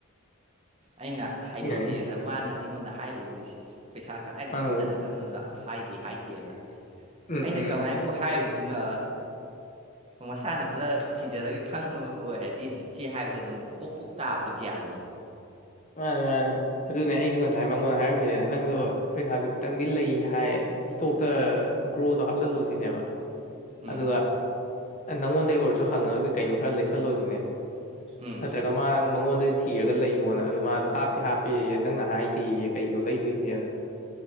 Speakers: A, on the right; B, on the left.
A: ꯑꯩꯅ ꯍꯥꯏꯕꯤꯗꯦꯅ
B: ꯁꯤꯅꯅꯤ
A: ꯃꯥꯅ ꯑꯩꯉꯣꯟꯗ ꯍꯥꯏ ꯂꯩ ꯃꯤꯁꯦ ꯄꯩꯁꯥ ꯀꯗꯥꯏꯗ
B: ꯃꯥꯅ
A: ꯊꯥꯗꯒꯗꯕꯅꯣꯅ
B: ꯑꯃꯨꯛ
A: ꯍꯥꯏꯗꯦ ꯍꯥꯏꯗꯦꯅ
B: ꯎꯝ
A: ꯑꯩꯅ
B: ꯎꯝ
A: ꯀꯃꯥꯏꯅ ꯑꯩꯕꯨ ꯍꯥꯏꯔꯨꯗꯨꯏꯅꯣ ꯃꯁꯥꯅ ꯈꯔ ꯊꯤꯖꯔꯒꯦ ꯈꯪꯕ ꯑꯣꯏꯗꯤ ꯁꯤ ꯍꯥꯏꯕꯗ ꯑꯗꯨꯝ ꯄꯣꯛ ꯄꯣꯛ ꯇꯥꯕꯗꯣ ꯒ꯭ꯌꯥꯟꯗꯣ
B: ꯃꯥꯅꯤ ꯃꯥꯅꯤ ꯑꯗꯨꯅꯦ ꯑꯩꯁꯨ ꯉꯁꯥꯏ ꯃꯉꯣꯟꯗ ꯍꯥꯏꯔꯝꯃꯤꯅꯦꯅ ꯅꯪꯁꯨ ꯄꯩꯁꯥꯁꯨ ꯈꯤꯇꯪꯗꯤ ꯂꯩ ꯍꯥꯏ ꯏꯁꯇꯣꯛꯇ ꯒ꯭ꯔꯣꯗꯣ ꯍꯥꯞꯆꯤꯜꯂꯨꯁꯤꯅꯦꯕ
A: ꯎꯝ
B: ꯑꯗꯨꯒ ꯅꯪꯉꯣꯟꯗꯩ ꯑꯣꯏꯔꯁꯨ ꯍꯪꯉꯒ ꯀꯩꯅꯣ ꯈꯔ ꯂꯩꯁꯜꯂꯣꯁꯤꯅꯦ
A: ꯎꯝ
B: ꯅꯠꯇ꯭ꯔꯒ ꯃꯥ ꯃꯉꯣꯟꯗ ꯊꯤꯔꯒ ꯂꯩꯌꯣꯅ ꯑꯗꯨ ꯃꯥꯗꯣ ꯍꯥꯞꯇꯤ ꯍꯥꯞꯄꯦꯌꯦ ꯅꯪꯅ ꯍꯥꯏꯗꯦꯌꯦ ꯀꯩꯅꯣ ꯂꯩꯗꯣꯏꯁꯦꯅ